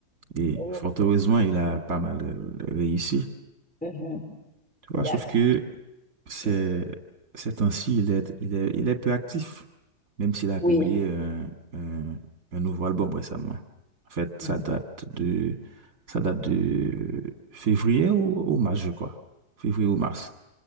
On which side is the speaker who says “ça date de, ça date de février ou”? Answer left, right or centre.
Right